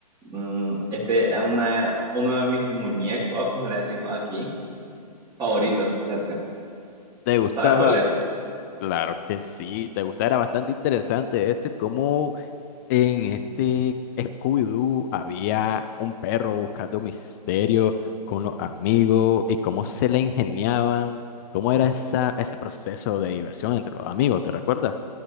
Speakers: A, on the right (about 20°); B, on the left (about 25°).
A: Mm, este es una, uno de mis muñecos, como le decimos aquí, favoritos, fíjate.
B: ¿Te gustaba?
A: ¿Sabes cuál es?
B: S- Claro que sí, te gustaba, era bastante interesante este, cómo En este Scooby-Doo había un perro buscando misterio con los amigos y cómo se le ingeniaban, cómo era esa, ese proceso de diversión entre los amigos, ¿te recuerdas?